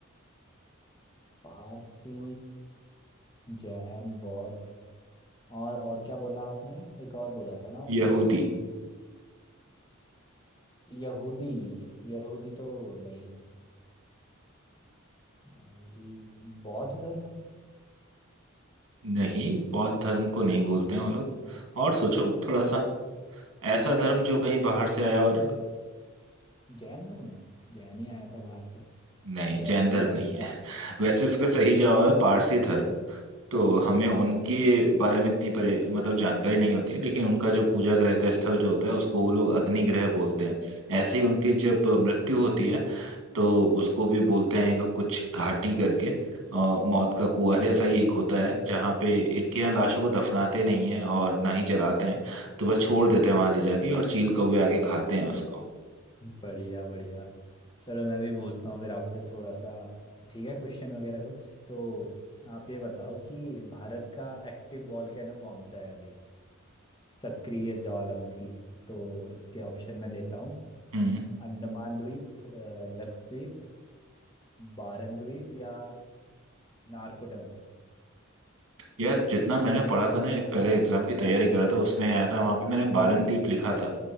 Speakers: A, on the left (about 20°); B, on the right (about 85°).
A: पारसी जैन बौद्ध और और क्या बोला आपने एक और बोला था ना ऑप्शन
B: यहूदी
A: यहूदी यहूदी तो नहीं यहूदी बौद्ध धर्म है।
B: नहीं बौद्ध धर्म को नहीं बोलते हैं वो लोग और सोचो थोड़ा सा ऐसा धर्म
A: तो
B: जो कहीं बाहर से
A: जैन
B: आया और
A: धर्म जैन धर्म है। जैन ही आया था बाहर से
B: नहीं
A: जैन
B: जैन धर्म
A: भी आया
B: नहीं
A: था
B: है <laughs> वैसे इसका सही जवाब है पारसी धर्म तो
A: अच्छा
B: हमें उनके
A: पारसी
B: बारे में इतनी परे मतलब जानकारी नहीं होती है लेकिन उनका जो पूजा ग्रह का स्थल जो होता है उसको वो लोग अग्नि ग्रह बोलते हैं ऐसे ही उनकी जब मृत्यु होती है तो उसको भी बोलते हैं ये लोग कुछ घाटी करके अ, मौत का कुआं जैसा ही एक होता है जहाँ पे इनके यहाँ लाशों को दफनाते नहीं है और ना ही जलाते हैं तो बस छोड़ देते हैं वहां ले जाके और चील कौवे आके खाते हैं उसको
A: बढ़िया बढ़िया चलो मैं भी पूछता हूँ फिर आपसे थोड़ा सा ठीक है क्वेश्चन वगैरह कुछ तो आप ये बताओ कि भारत का एक्टिव वॉल्केनो कौन सा है अभी सक्रिय ज्वालामुखी तो इसके ऑप्शन में देता हूँ
B: हम्म
A: अंडमान द्वीप अ, लक्षद्वीप बारन द्वीप या नारकोडम
B: यार जितना मैंने पढ़ा था ना एक पहले एग्जाम की तैयारी करा था उसमें आया था वहां पे मैंने बारनदीप लिखा था